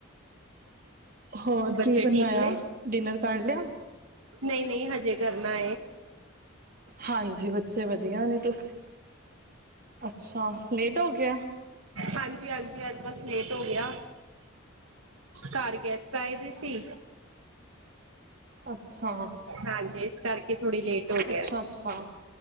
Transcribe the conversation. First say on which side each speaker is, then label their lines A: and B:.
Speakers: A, on the right; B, on the right.
A: ਹੋਰ
B: ਬੱਚੇ
A: ਕੀ ਬਣਾਇਆ
B: ਠੀਕ ਨੇ
A: ਡਿਨਰ ਕਰ ਲਿਆ
B: ਨਹੀ- ਨਹੀ ਹਜੇ ਕਰਨਾ
A: ਹਾਂਜੀ ਬੱਚੇ ਵਧੀਆ ਨੇ ਤੁਸੀਂ ਅੱਛਾ ਲੇਟ ਹੋ ਗਿਆ
B: ਹਾਂਜੀ ਹਾਂਜੀ- ਹਾਂਜੀ ਅੱਜ ਬਸ ਲੇਟ ਹੋ ਗਿਆ। ਘਰ ਗੈਸਟ ਆਏ ਦੇ ਸੀ
A: ਅੱਛਾ-
B: ਹਾਂਜੀ ਇਸ ਕਰਕੇ ਥੋੜੀ ਲੇਟ ਹੋ ਗਿਆ।
A: ਅੱਛਾ ਅੱਛਾ